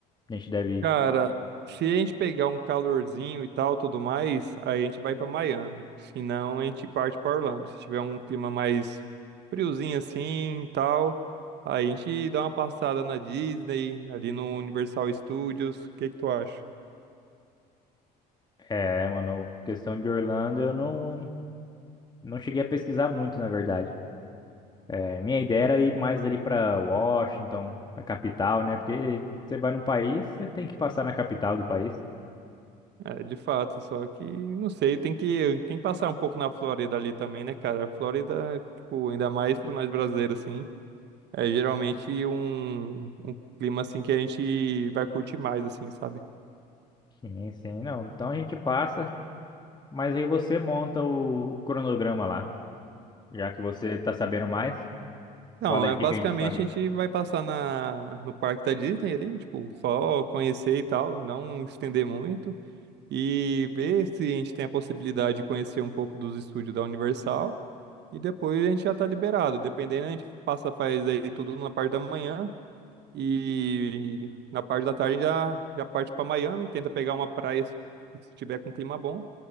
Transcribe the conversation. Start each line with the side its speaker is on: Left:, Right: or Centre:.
Left: a gente deve ir?
Right: Cara, se a gente pegar um calorzinho e tal, tudo mais, aí a gente vai pra Miami. Se não, a gente parte pra Orlando. Se tiver um clima mais friozinho assim e tal, aí a gente dá uma passada na Disney, ali no Universal Studios. O que que tu acha?
Left: É, mano, questão de Orlando, eu não, não cheguei a pesquisar muito, na verdade. É, minha ideia era ir mais ali pra Washington, a capital, né? Porque você vai num país, você tem que passar na capital do país.
Right: É, de fato, só que não sei, tem que tem que passar um pouco na Flórida ali também, né, cara? A Flórida, tipo, ainda mais pra nós brasileiros assim. É geralmente um, um clima assim que a gente vai curtir mais, assim, sabe?
Left: Sim, sim, não. Então a gente passa, mas aí você monta o o cronograma lá, já que você tá sabendo mais.
Right: Não,
Left: Fala aí
Right: é
Left: o
Right: basicamente
Left: que que a gente faria.
Right: a gente vai passar na, no parque da Disney ali, tipo, só conhecer e tal, não estender muito, e ver se a gente tem a possibilidade de conhecer um pouco dos estúdios da Universal, e depois a gente já tá liberado. Dependendo, a gente passa, faz aí tudo na parte da manhã, E na parte da tarde já, já parte para Miami, tenta pegar uma praia se se tiver com clima bom